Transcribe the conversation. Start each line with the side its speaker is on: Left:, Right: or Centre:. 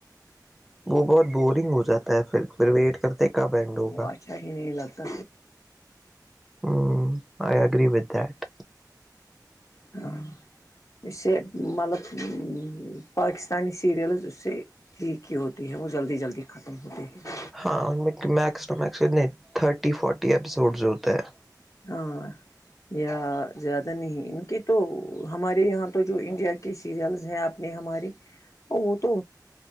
Centre: وہ بہت بورنگ ہو جاتا ہے پھر پھر ویٹ کرتے کب اینڈ
Left: ہاں
Centre: ہوگا
Left: وہ اچھا ہی نہیں لگتا
Centre: ہوں آئی اگری ب ہے <inaudible>
Left: ہ اسے مطلب پاکستانی سیریلز اس سے ٹھیکھی ہوتی ہے وہ جلدی جلدی ختم ہوتے ہیں
Centre: ہاں ان میکس ٹ مس نہیں تھرٹی فورٹی اییسوڈز ہوتا ہے
Left: ہاں یا زیادہ نہیں ان کی تو ہمارے یہاں تو جو انڈیا کی سیریلس ہیں آپ اپنے ہمارے تو وہ تو